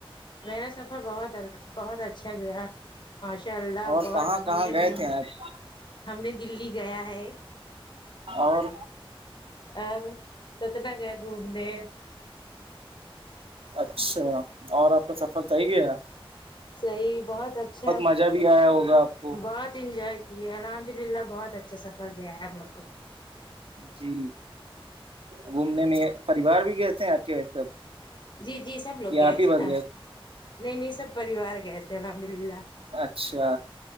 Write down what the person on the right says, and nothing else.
اور
کہاں
کہاں
گئے
تھے آپ
اور
اچھا اور آپ کا سفر ص ہی کیا
مزہ بھی آیا ہوگا آپ کو
جی گھومنے میں پریوار بھی گئے تھے آپ کے سب
یا
آپ ہی
بس
اچھا